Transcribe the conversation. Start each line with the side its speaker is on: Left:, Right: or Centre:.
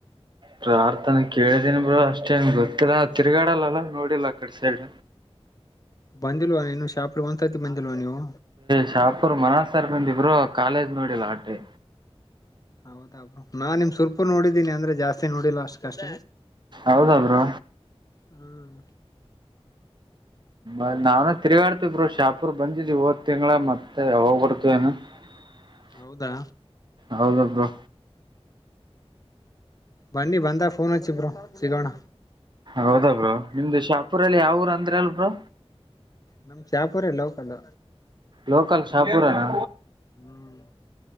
Right: ಪ್ರಾರ್ಥನೆ ಕೇಳಿದೀನಿ ಬ ಅಷ್ಟೇನ್ ಗೊತ್ತಿಲ್ಲ ತಿರ್ಗಾಡಲ್ಲಲ್ಲ ನೋಡಿಲ್ಲ ಆ ಕಡೆ ಸೈಡ್
Left: ಬಂದಿಲ್ವ ನೀನು ಶಾಪ್ಗೆ ಒಂದ್ಸರ್ತಿ ಬಂದಿಲ್ವ ನೀವು
Right: ಶಾಪುರ್ ಮನಸ್ಸರ್ ಬಂದಿಬ್ರು ಕಾಲೇಜ್ ನೋಡಿಲ್ಲ ಆಟೆ
Left: ಹೌದಬ್ರು ನಾ ನಿಮ್ ಸುರ್ಪು ನೋಡಿದ್ದೀನಿ ಅಂದ್ರೆ ಜಾಸ್ತಿ ನೋಡಿಲ್ಲ ಅಷ್ಟು ಕಷ್ಟ
Right: ಹೌದಾದ್ರು
Left: ಹ್ಮ್
Right: ಅ ನಾವನ ತಿರುಗಾಡ್ತಿದರು ಶಾಪೂರ್ ಬಂದಿದ್ವಿ ಇವತ್ತು ತಿಂಗಗಳ ಮತ್ತೆ ಯಾವಾಗ್ ಬರ್ತ ಏನು ಹ
Left: ಹೌದಾ
Right: ಹೌದ ಬೋ
Left: ಬನ್ನಿ ಬಂದ ಫೋನ್ಚ್ಚಿ ಬ್ರೋ ಸಿಗೋಣ
Right: ಹೌದಾ ಬ್ರೋ ನಿಮ್ದು ಶಾಪುರಲ್ಲಿ ಯಾವ ಊರು ಅಂದ್ರ ಅಲ್ ಬ್ರೋ
Left: ನಮ್ ಚಾಪೂರ ಲೋಕಲ್
Right: ಲೋಕಲ್ ಶಾಪೂರನಾ
Left: ಹ್ಮ್